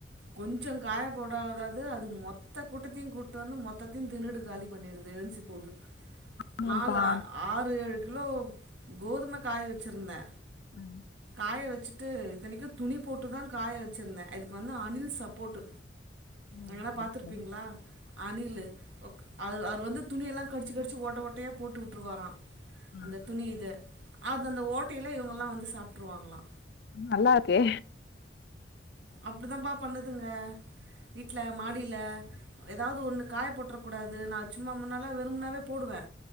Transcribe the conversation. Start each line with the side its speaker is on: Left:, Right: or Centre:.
Right: கொஞ்சோ காய போடாவது அது மொத்த கூட்டத்தையு கூட்டிட்டு வந்து மொத்தையு திண்ணுடு காலி பண்ணிடுது எழுசி போது
Left: ஆமாப்பா
Right: நாலு, ஆறு, ஏழு கிலோ கோதும காய வச்சுருந்தே
Left: ம்
Right: காய வச்சு ட்டு இத்தினிக்கு துணி போட்டுதா காய வச்சிருந்தே இதுக்கு வந்து அணில் சப்போர்ட்டு
Left: ம்
Right: எங்கனா
Left: சரி
Right: பாத்துருப்பீங்களா
Left: சரி
Right: அணிலு அது அவர் வந்து துணியெல்லா கடிச்சு கடிச்சு ஓட்ட ஓட்டயா போட்டு விட்டுருவாரா
Left: ம்
Right: அந்த துணி இத அது அந்த ஓட்டையிலா இவங்கல்லா வந்து சாப்ட்டுருவாங்களா
Left: ம் நல்லா இருக்கே
Right: அப்டிதா பா பண்ணுதுங்க வீட்டுல மாடில ஏதாது ஒண்ணு காய போட்டுற கூடாது நா சும்மா முன்னாலா வெரும்பனாவே போடுவே